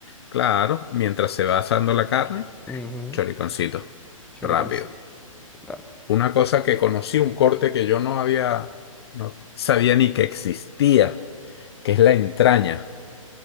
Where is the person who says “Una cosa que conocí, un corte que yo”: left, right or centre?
Left